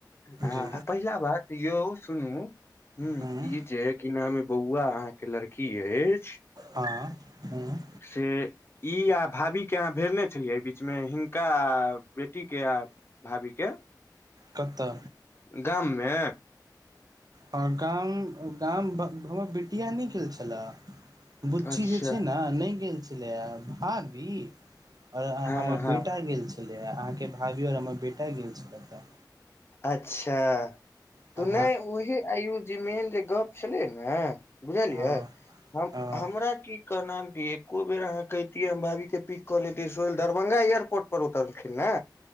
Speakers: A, on the left; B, on the right.
A: हँ
B: जी
A: आ पहिला बात यौ सुनू हूंम्म
B: हूँ
A: ई जे की नाम यै बौआ अहाँ के लड़की अय
B: हँ हूंम्म
A: से ई आ भाभी के अहाँ भेजने छेलियै एहि बीच मे हिनका आ बेटी के आ भाभी के
B: कतऽ
A: गाममे
B: हँ गाम गाम <unintelligible> हमर बेटिया नहि गेल छलै बुच्ची
A: अच्छा
B: जे छै ने नहि गेल छलैये भाभी आओर
A: हँ
B: हमर
A: हँ
B: बेटा गेल छलै अहाँके भाभी आओर हमर बेटा गेल छलै तऽ
A: अच्छा तऽ
B: हँ
A: नहि उहे आयुषजी मेन जे गप छलै ने बुझलियै
B: हँ
A: हम
B: हँ
A: हमरा की कहनाम की एको बेर अहाँ कहितियै हम भाभी के पिक कऽ लेतियै सोल दरभंगा एयरपोर्ट पर उतरलखिन ने